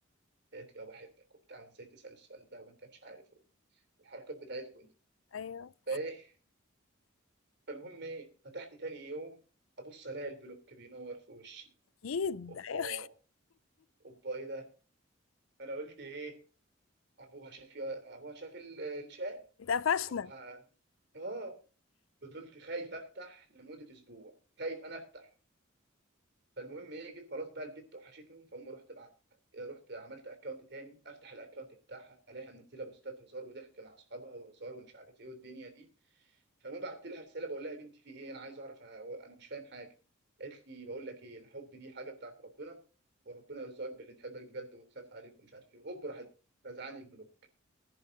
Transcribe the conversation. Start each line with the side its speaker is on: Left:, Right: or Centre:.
Right: قالت لي اه بحبك وبتاع وازاي تسال السؤال ده وانت مش عارف الحركات بتاعتكم دي
Left: ايوه
Right: فايه فالمهم ايه فتحت تاني يوم ابص الاقي البلوك بينور في وشي
Left: اكيد
Right: اوبا
Left: أيوة.
Right: اوبا ايه ده انا قلت ايه ابوها شاف ابوها شاف ال- الشات
Left: اتقفشنا
Right: ابوها اه فضلت خايف افتح لمده اسبوع خايف انا افتح فالمهم ايه جيت خلاص بقى البت وحشتني فأم رحت بعت رحت عملت اكونت تاني افتح الاكونت بتاعها الاقيها منزله بوستات هزار وضحك مع اصحابها وهزار ومش عارف ايه والدنيا دي فالمهم بعت لها رساله بقول لها يا بنتي في ايه انا عايز اعرف انا أنا مش فاهم حاجه قالت لي بقول لك ايه الحب دي حاجه بتاعت ربنا وربنا يرزقك باللي تحبك بجد وتخاف عليك ومش عارف ايه وهوب راحت رزعاني البلوك